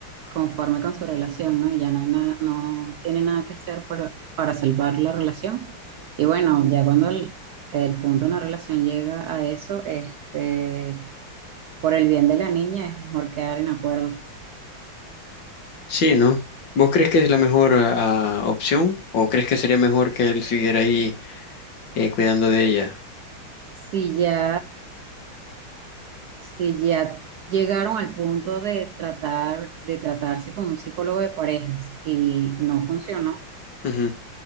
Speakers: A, on the right; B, on the left.
A: conforme con su relación, ¿no? Y ya no hay nada, no tiene nada que hacer para, para salvar la relación. Y bueno, ya cuando el, el punto de una relación llega a eso, este, por el bien de la niña es mejor quedar en acuerdos.
B: Sí, ¿no? ¿Vos crees que es la mejor ah, opción o crees que sería mejor que él siguiera ahí? eh, cuidando de ella.
A: Si ya, si ya llegaron al punto de tratar, de tratarse con un psicólogo de parejas y no funcionó,
B: Ujú,